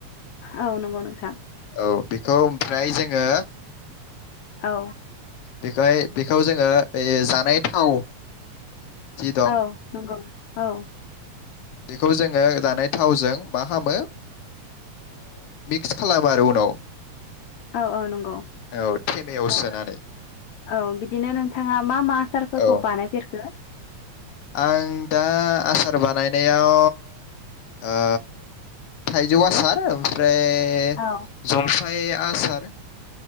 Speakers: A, on the left; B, on the left.
A: औ नंगौ नोंथां
B: औ बेखौ ओमफ्राय जोङो
A: औ
B: बेखौहाय बेखौ जोङो ओइ जानाय थाव जि दं
A: औ नंगो औ औ
B: बेखौ जोङो जानाय थावजों मा खामो मिक्स खालामो आरो उनाव
A: औ औ नंगौ
B: औ थेमायाव
A: ओ
B: सोनानै
A: औ बिदिनो नोंथाङा मा मा आसारफोरखौ
B: औ
A: बानायफेरखो
B: आं दा आसार बानायनायाव ओ थाइजौ आसार ओमफ्राय ए
A: औ
B: जलफ फाय आसार